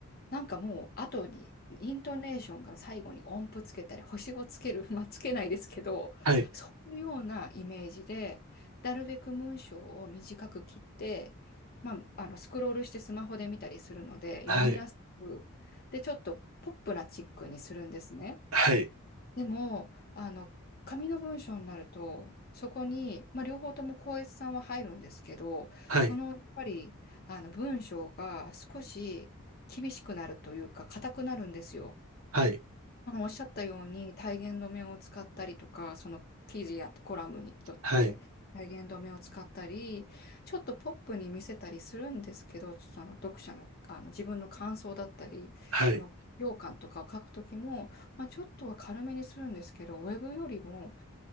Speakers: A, on the left; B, on the right.
A: なんかもう後に、イントネーションが最後に音符つけたり、星をつける、<laughs> まあつけないですけど、
B: はい。
A: そういうようなイメージで、なるべく文章を短く切って、まあ、あのスクロールしてスマホで見たりするので、読みやすく、
B: はい。
A: で、ちょっとポップなチックにするんですね。
B: はい。
A: でも、あの、紙の文章になると、そこに、まあ、両方とも校閲さんは入るんですけど、
B: はい。
A: そのやっぱりあの文章が少し厳しくなるというか、硬くなるんですよ。
B: はい。
A: あのおっしゃったように体言止めを使ったりとか、その記事やコラムによって体言止めを使ったり、
B: はい。
A: ちょっとポップに見せたりするんですけど、ちょっとあの読者の、あの自分の感想だったり、
B: はい。
A: その評価とかを書くときも、まあ、ちょっとは軽めにするんですけど、ウェブよりも